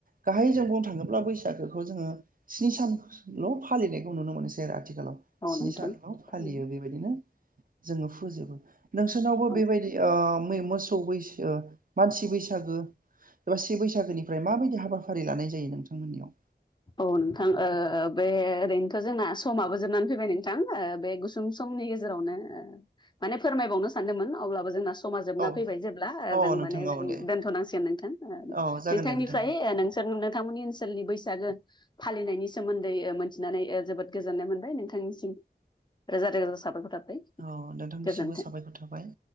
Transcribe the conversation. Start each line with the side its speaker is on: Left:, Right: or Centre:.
Right: गाहायै जों बुंनो थांङोब्ला बैसागोखौ जोंङो स्नि सानल' फालिनायखौ नुनो मोनोसै आरो आथिखालाव
Left: औ
Right: स्नि
Left: नोंथां
Right: सानल' फालियो
Left: थारैनो
Right: बे बेबायदिनो जोंङो फोजोबो नोंसोरनावबो
Left: औ
Right: बेबायदि ओ मै मोसौ बैसो मानसि बैसागो एबा से बैसागोनिफ्राय माबायदि हाबाफारि लानाय जायो नोंथांमोननियाव
Left: औ नोंथां ओ बे ओरैनोथ' जोंना समाबो जोबनानै फैबाय नोंथां ओ बे गुस सुं समनि गेजेरावनो माने फोरमाय बावनो‌ सानदोंमोन अब्लाबो जोंना स समा जोबना
Right: औ
Left: फैबाय जेब्ला
Right: औ
Left: जों
Right: नोंथां
Left: माने जों
Right: औ दे
Left: दोनथ'नांसिगोन नोंथां
Right: औ जागोन
Left: नोंथांनिफ्राय
Right: दे नोंथां दे
Left: ओ नोंनोथांमोननि ओनसोलनि बैसागो फालिनायनि सोमोन्दै मोनथिनानै जोबोद गोजोननाय मोनबाय नोंथांनिसिम रोजा-रोजा साबायखर थाबाय।
Right: औ नोंथांनिसिमबो
Left: गोजोन्थों
Right: साबायखर थाबाय।